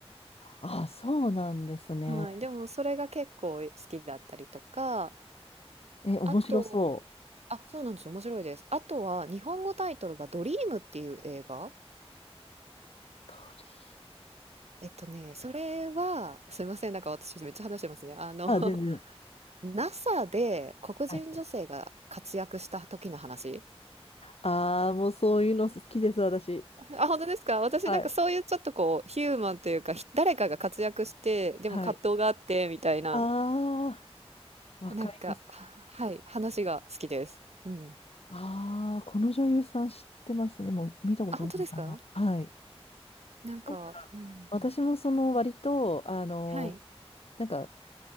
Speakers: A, on the left (about 70°); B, on the right (about 80°).
A: あ、そうなんですね。
B: はい、でもそれが結構好きだったりとか、
A: え、面白そう。
B: あと、あ、そうなんですよ、面白いです。あとは日本語タイトルが「ドリーム」っていう映画。
A: 鳥。
B: えっとね、それは、すいません、なんか私めっちゃ話してますね。あの、
A: あ、
B: <laughs>
A: 全然。
B: NASA で黒人女性が活躍した時の話。
A: はい。ああ、もうそういうの好きです、私。
B: あ、本当ですか私なんかそういうちょっとこう、
A: はい。
B: ヒューマンというか、ひ誰かが活躍して、でも葛藤があって、
A: はい。
B: みたいな、
A: ああ、わかります。
B: なんか、ははい、話が好きです。うん。
A: ああ、この女優さん知ってますね。もう見たことないかな。
B: あ、本当ですか
A: はい。
B: なんか、
A: なんか、
B: うん。
A: 私もその割と、あの、
B: はい、
A: なんか、